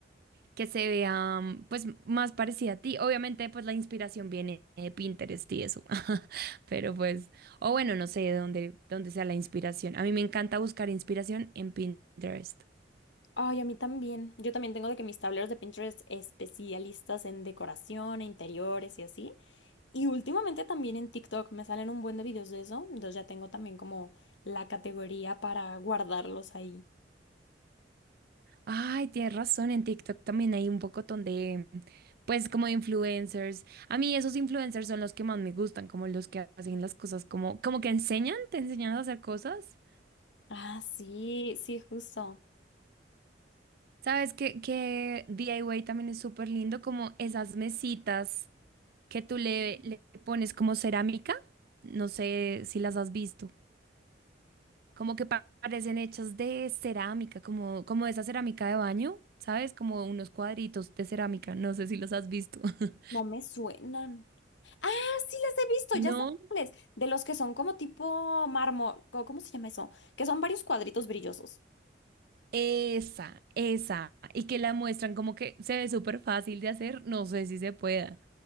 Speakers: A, on the right; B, on the left.
A: que se vea mm, pues más parecida a ti. Obviamente, pues la inspiración viene de Pinterest y eso. <laughs> Pero pues, o bueno, no sé de dónde, dónde sea la inspiración. A mí me encanta buscar inspiración en Pinterest.
B: Ay, a mí también. Yo también tengo de que mis tableros de Pinterest especialistas en decoración, e interiores y así. Y últimamente también en TikTok me salen un buen de videos de eso. Entonces ya tengo también como la categoría para guardarlos ahí.
A: Ay, tienes razón, en TikTok también hay un pocotón de, pues, como de influencers. A mí esos influencers son los que más me gustan, como los que hacen las cosas como, como que enseñan, te enseñan a hacer cosas.
B: Ah, sí, sí, justo.
A: Sabes que, que DIY también es súper lindo, como esas mesitas que tú le, le pones como cerámica. No sé si las has visto. Como que pa- parecen hechas de cerámica, como, como esa cerámica de baño, ¿sabes? Como unos cuadritos de cerámica. No sé si los has visto. <laughs>
B: No me suenan. Ah, sí las he visto,
A: No,
B: ya sé cuáles. De los que son como tipo mármol, co- ¿cómo se llama eso? Que son varios cuadritos brillosos.
A: esa, esa. Y que la muestran como que se ve súper fácil de hacer. No sé si se pueda.